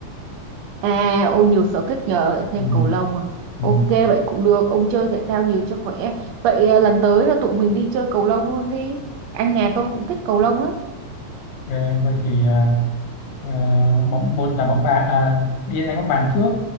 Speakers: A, on the right (about 75°); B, on the left (about 75°).
A: à ôi nhiều sở thích nhờ lại thêm
B: ừ,
A: cầu lông à
B: ừ.
A: ok vậy cũng được ông chơi thể thao nhiều cho khỏe vậy à, lần tới là tụi mình đi chơi cầu lông luôn đi anh nhà tôi cũng thích cầu lông lắm
B: ok vậy thì ờ, ờ, bóng một là bóng bàn à, đi đánh bóng bàn trước